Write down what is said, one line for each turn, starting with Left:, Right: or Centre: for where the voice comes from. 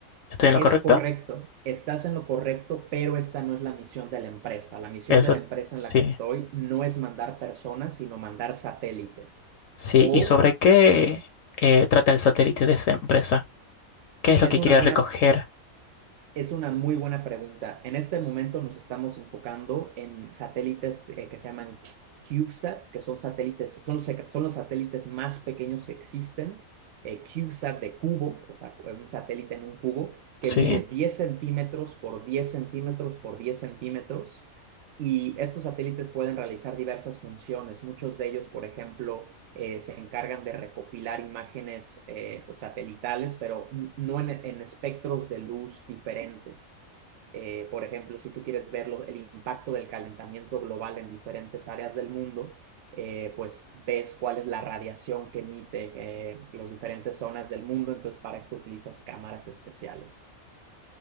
Left: ¿Estoy en lo
Right: Es
Left: correcto?
Right: correcto, estás en lo correcto, pero esta no es la misión de la empresa. La misión
Left: Eso.
Right: de la empresa
Left: Sí,
Right: en la que estoy no es mandar personas, sino mandar satélites.
Left: sí.
Right: O
Left: ¿Y sobre qué eh, trata el satélite de esa empresa? ¿Qué es
Right: es
Left: lo que
Right: una
Left: quiere
Right: buena
Left: recoger?
Right: Es una muy buena pregunta. En este momento nos estamos enfocando en satélites eh, que se llaman CubeSats, que son satélites, son los, son los satélites más pequeños que existen. Eh, CubeSat de cubo, o sea, un satélite en un cubo que
Left: Sí.
Right: mide 10 centímetros por 10 centímetros por 10 centímetros. Y estos satélites pueden realizar diversas funciones. Muchos de ellos, por ejemplo, eh, se encargan de recopilar imágenes eh, pues, satelitales, pero no en, en espectros de luz diferentes. Eh, por ejemplo, si tú quieres ver lo- el impacto del calentamiento global en diferentes áreas del mundo, eh, pues ves cuál es la radiación que emite eh, las diferentes zonas del mundo, entonces para esto utilizas cámaras especiales.